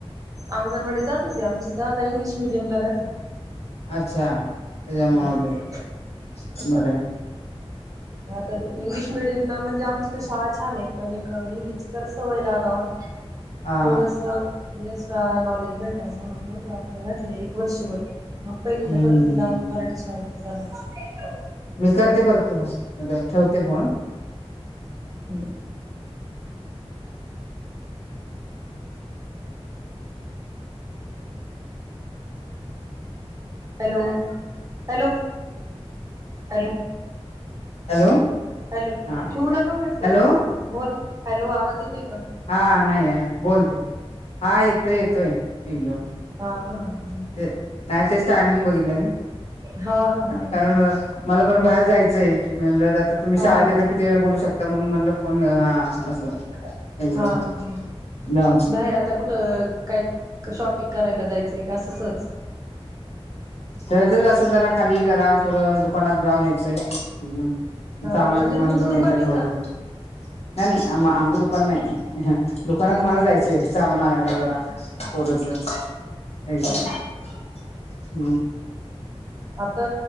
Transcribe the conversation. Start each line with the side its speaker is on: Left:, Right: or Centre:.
Right: अंगणवाडी जात होती आमची त आता इंग्लिश मिडियम ला घातली.
Left: अच्छा त्याच्यामुळे
Right: हम्म
Left: ते बरय
Right: ह ते इंग्लिश मिडियम ला म्हणजे आमची ती शाळा ह छान आहे पण एक इंग्लिश जरा सवय लागावा
Left: हा
Right: थोडस अ नॉलेज भेटाव म्हणून मग आपलं घटलं एक वर्षभर मग पहिल
Left: हम्म
Right: परत तिला मराठी शाळेत घालायचं
Left: मी करते परत तुम्हास म्हणजे ठेवते फोन
Right: हम् hello hello hello
Left: hello
Right: hello
Left: हा
Right: ठेऊ नका म्हटलं
Left: हॅलो
Right: बोल हॅलो आवाज येतोय का
Left: हा नाही आहे बोलते हा येतोय येतोय एक दोन
Right: हा हा
Left: ते मॅचेस टायमिंग बघितलं मी
Right: हा हा हा हा हा
Left: कारण मला पण बाहेर जायचं म्हणल आता तुम्ही शाळेते
Right: हा का
Left: किती वेळ बोलू शकता. म्हणून म्हणला फोन हा असं एकदम
Right: हा हा हो
Left: जाऊन
Right: बाहेर आता कुठं काय शॉपिंग करायला जायचं. ते का अस सहज
Left: ते जर अस जरा खाली जरा थोडं दुकानात जाऊ न यायचं
Right: हा
Left: सामान
Right: का म्हणजे
Left: बिमान
Right: तुमचं
Left: घेऊन
Right: दुकान
Left: यायचं
Right: आहे
Left: थोडं
Right: का
Left: थोडं नाही नाही आ आमचं दुकान नाही ह दुकानात
Right: हा
Left: मला जायचंय सामान आणायला जरा थोडंस काय ग
Right: हम्म आता